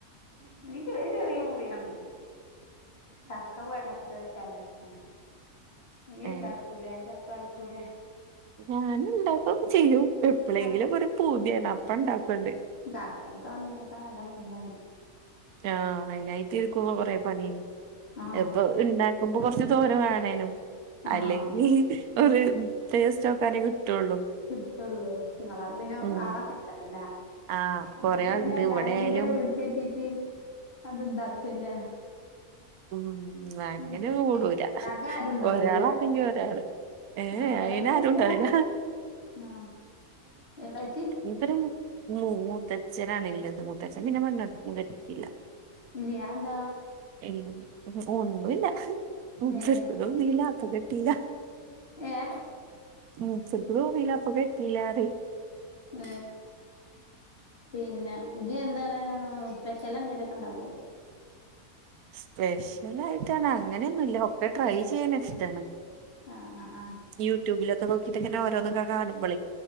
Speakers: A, on the left (about 45°); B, on the right (about 85°).
A: നീ ചെറിയ മുറിയാണ് ചക്ക വടത്തോൽക്ക് നല്ല ഇഷ്ടമാണ് നീ
B: ഏ
A: ഉണ്ടാക്കൂ ലെ ചക്കറക്കൂലെ
B: ഞാന് ഉണ്ടാക്കുക്കെ ചെയ്യും എപ്പഴെങ്കിലും
A: ആഹ്
B: ഒരു പൂതിയാണ് അപ്പ ഇണ്ടാക്കണ്ട്
A: ചക്കക്കെണ്ടാക്ക നല്ല പണിയാണ്
B: ആഹ് അതിനനായിട്ട് ഇരിക്കുമ്പോ കൊറേ പണിയാണ്
A: ആഹ്
B: ഇപ്പൊ ഉണ്ടാക്കുമ്പോ കൊറച്ച് തോനെ വേണാനും
A: ആഹ്
B: അല്ലെങ്കി ഒരു ടേസ്റ്റ് നോക്കാനേ കിട്ടുള്ളൂ
A: കിട്ടുള്ളൂ നിങ്ങളാടെ പിന്നെ
B: ഉം
A: ആളൊക്കെ ഇണ്ടല്ലോല്ലേ
B: ആ
A: അപ്പൊ
B: കൊറേ
A: പിന്നെ
B: ആളുണ്ട്
A: എല്ലാരേും
B: ഇവിടെ
A: കൂടി
B: ആയാലും
A: ആണ്ട് വിളിച്ചെരിത്തിട്ട് അത് ഇണ്ടാക്കന്നെ
B: ഉം അങ്ങനെ
A: ഉം
B: ഒന്നും കൂടൂല
A: ഉണ്ടാക്കാൻ ആരും ഉണ്ടാവൂലല്ലേ
B: ഒരാളാണങ്കി ഒരാള് ഏ
A: ആഹ്
B: എ
A: എളേച്ചി
B: അയിന് ആരുണ്ടാവില്ല
A: ഉണ്ടാക്കൂല ആഹ് എന്താച്ചി
B: ഇവരും മൂത്തച്ഛനാണ്ല്ലത് മൂത്തച്ഛൻ പിന്നെ പെണ്ണ്ട്ടിട്ടില്ല
A: ല്ല്യേ അതെന്താ
B: ഇല്ല ഒന്നുല്ല മൂപ്പർക്ക്
A: ഏഹ്
B: തോന്നില്ല അപ്പൊ കെട്ടില്ല
A: ഏഹ്
B: ഉം ഇച്ചപ്പൊ തോന്നില്ല അപ്പ കെട്ടില്ലാറിം
A: ഉം പിന്നെ ജ് എന്താണ് സ്പെഷ്യൽ എന്തേലുമൊക്കെ ഉണ്ടാക്കോ
B: സ്പെഷ്യൽ ആയിട്ടാണ് അങ്ങനെയൊന്നുംല്ല ഒക്കെ ട്രൈ ചെയ്യാനിഷ്ടാണ്
A: ആഹ് ആഹ് ആഹ്
B: യൂട്യൂബിലൊക്കെ നോക്കിട്ട് ഇങ്ങനെ ഓരോന്നൊക്കെ കാണുമ്പോളേ